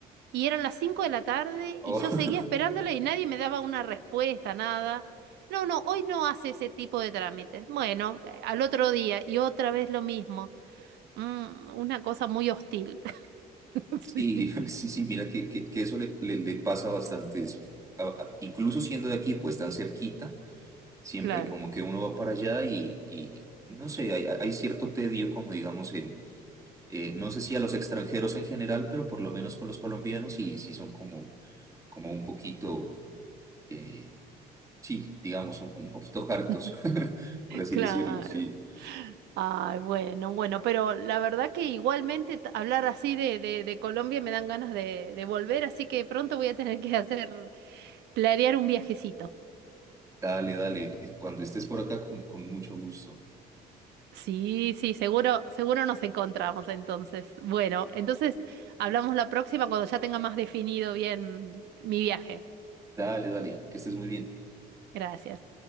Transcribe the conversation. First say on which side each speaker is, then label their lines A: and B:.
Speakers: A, on the right; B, on the right.
A: Y eran las 5 de la tarde
B: <laughs>
A: y yo seguía esperándola y nadie me daba una respuesta, nada. No, no, hoy no hace ese tipo de trámites. Bueno, eh, al otro día y otra vez lo mismo. Mm, una cosa muy hostil. <laughs> Sí,
B: Sí, <laughs> sí, sí, mira que, que- que eso le, le- le pasa bastante. es- a- a- incluso siendo de aquí, pues tan cerquita, siempre
A: claro,
B: como que uno va para allá y, y, no sé, hay, hay cierto tedio, como digamos, en, eh, no sé si a los extranjeros en general, pero por lo menos con los colombianos sí, sí son como, como un poquito, eh, sí, digamos, un, un poquito hartos,
A: <laughs>
B: <laughs> por así
A: claro.
B: decirlo, sí.
A: Ay, bueno, bueno, pero la verdad que igualmente t- hablar así de, de, de Colombia me dan ganas de, de volver, así que pronto voy a tener que hacer, planear un viajecito.
B: Dale, dale, cuando estés por acá con, con mucho gusto.
A: Sí, sí, seguro, seguro nos encontramos entonces. Bueno, entonces hablamos la próxima cuando ya tenga más definido bien mi viaje.
B: Dale, dale, que estés muy bien.
A: Gracias.